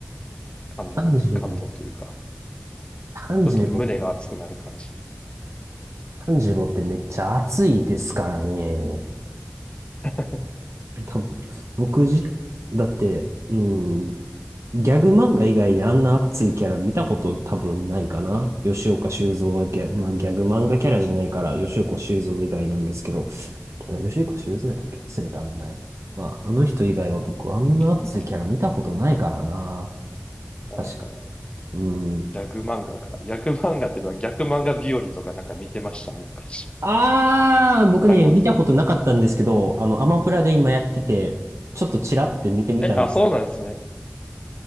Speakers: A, on the left; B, on the right.
A: 感動、
B: 炭治郎。
A: 感動というか、
B: 炭治郎
A: ちょっと胸が熱くなる感じ。
B: 炭治郎ってめっちゃ熱いですからね。
A: <laughs>
B: 多分、僕じ、だって、うん、ギャグ漫画以外であんな熱いキャラ見たこと多分ないかな。吉岡修造はギャ、まあギャグ漫画キャラじゃないから、吉岡修造以外なんですけど、あ吉岡修造だっけ忘れた名前。まあ、あの人以外は僕あんな熱いキャラ見たことないからな。
A: ギャあー
B: 確か、うん。
A: ギャグ漫画か。ギャグ漫画っていうのは逆漫画日和とかなんか見てましたあの感じ。
B: あー、僕ね、
A: わかります
B: 見たことなかったんですけど、あの、アマプラで今やってて、ちょっとチラって見てみたんです。
A: え、あ、そうなんですね。